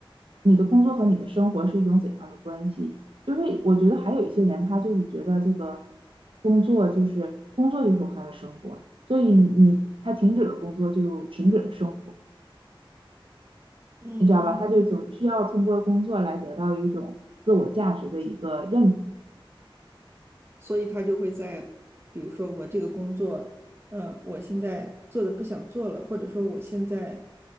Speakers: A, on the right (about 70°); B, on the right (about 25°).
A: 你的工作和你的生活是一种怎样的关系？就是我觉得还有一些人，他就是觉得这个工作就是工作就是他的生活，所以你他停止了工作就停止了生活，
B: 嗯，
A: 你知道吧？他就总需要通过工作来得到一种自我价值的一个认同，
B: 所以他就会在，比如说我这个工作，呃，我现在做的不想做了，或者说我现在